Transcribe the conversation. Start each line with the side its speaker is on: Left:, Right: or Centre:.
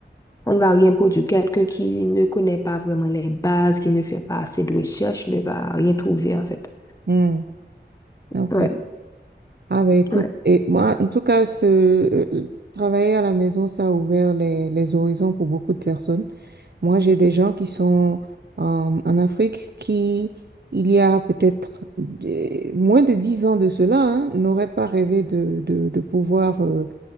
Left: On ne va rien produire. Quelqu'un qui ne connaît pas vraiment les bases, qui ne fait pas assez de recherches, ne va rien trouver, en fait.
Right: hmm, ok.
Left: Ouais,
Right: Ah, ben, écoute,
Left: ouais.
Right: et moi, en tout cas, ce, euh, travailler à la maison, ça a ouvert les les horizons pour beaucoup de personnes. Moi, j'ai des gens qui sont euh, en Afrique qui, il y a peut-être des- moins de dix ans de cela, hein, n'auraient pas rêvé de, de, de pouvoir euh,